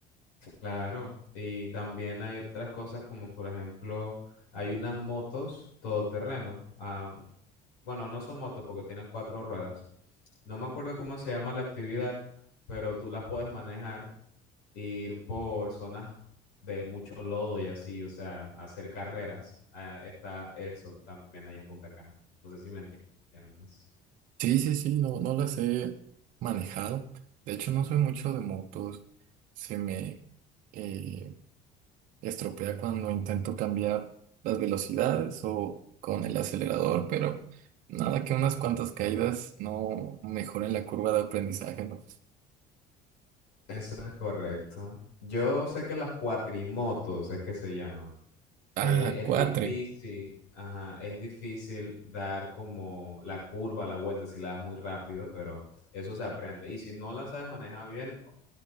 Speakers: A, on the left; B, on the right.
A: claro. Y también hay otras cosas como, por ejemplo, hay unas motos todoterreno. am, bueno, no son motos porque tienen cuatro ruedas. No me acuerdo cómo se llama la actividad, pero tú las puedes manejar ir por zonas de mucho lodo y así, o sea, hacer carreras. Ah, está eso también allá en Punta Cana. No sé si me entiendes.
B: Sí, sí, sí, no, no las he manejado. De hecho, no soy mucho de motos. Se me eh, estropea cuando intento cambiar las velocidades o con el acelerador, pero nada que unas cuantas caídas no mejoren la curva de aprendizaje, ¿no?
A: Eso es correcto. Yo sé que las cuatrimotos es que se llaman. Eh,
B: Ah,
A: es
B: cuatre.
A: difícil, ajá, es difícil dar como la curva, la vuelta si la das muy rápido, pero eso se aprende. Y si no la sabes manejar bien,